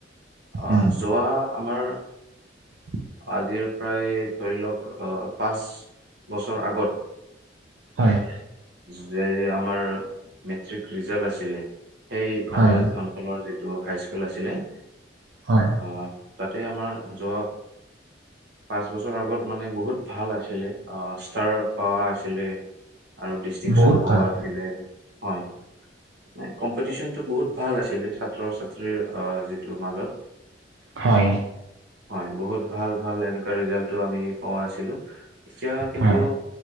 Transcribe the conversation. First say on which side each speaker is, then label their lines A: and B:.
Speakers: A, on the right (about 65°); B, on the right (about 85°).
A: অ
B: উম।
A: যোৱা আমাৰ
B: <inaudible>
A: আজিৰ প্ৰায় ধৰি লওক অ পাঁচ বছৰ আগত
B: হয়,
A: যে আমাৰ মেট্ৰিক ৰিজাল্ট আছিলে। সেই
B: হয়
A: আমাৰ অঞ্চলৰ যিটো হাইস্কুল আছিলে
B: হয়,
A: আহ, তাতে আমাৰ যোৱা পাঁচ বছৰ আগত মানে বহুত ভাল আছিলে আহ ষ্টাৰ পাৱা আছিলে। আৰু ডিষ্টিংচন
B: বহুত
A: পোৱা
B: ভাল
A: আছিলে হয়। কম্পিটিচন টো বহুত ভাল আছিলে ছাত্ৰ, ছাত্ৰীৰ যিটো মাজত
B: হয়
A: হয় বহুত ভাল- ভাল এনেকুৱা ৰিজাল্টো আমি পোৱা আছিলো। এতিয়া কিন্তু
B: হয়